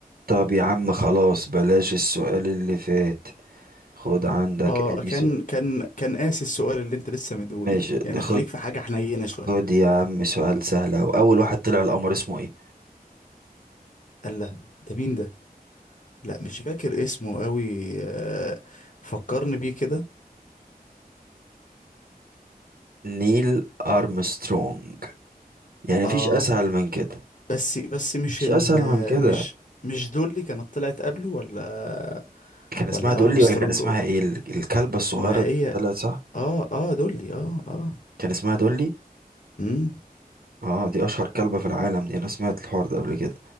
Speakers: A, on the right; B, on the left.
A: طب يا عم خلاص بلاش السؤال اللي فات خد عندك
B: اه
A: ادي
B: كان
A: سؤال
B: كان كان قاسي السؤال اللي انت لسه مديهولي
A: ماشي
B: ده يعني
A: ده خد
B: خليك في حاجة حنينة شوية
A: خد يا عم سؤال سهل اهو اول واحد طلع القمر اسمه ايه
B: قال لا ده مين ده لا مش فاكر اسمه قوي آه فكرني بيه كده
A: نيل ارمسترونج يعني مفيش
B: اه
A: اسهل من كده
B: بس بس مش
A: مفيش
B: ال
A: اسهل من كده
B: مش مش دول اللي كانت طلعت قبله ولا
A: كان اسمها
B: ولا
A: دولي
B: ارمسترونج
A: ولا كان اسمها ايه ال- الكلبة الصغيرة
B: ما
A: دي
B: هي
A: اللي طلعت صح
B: اه اه دولي اه اه
A: كان اسمها دولي
B: امم
A: اه دي اشهر كلبة في العالم دي انا سمعت الحوار ده قبل كده